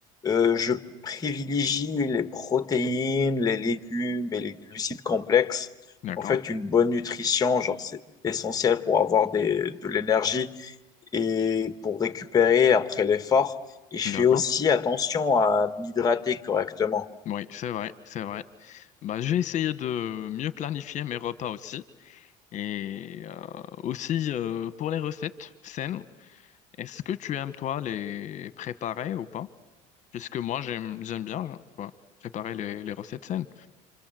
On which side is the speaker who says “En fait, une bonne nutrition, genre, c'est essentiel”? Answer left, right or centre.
Left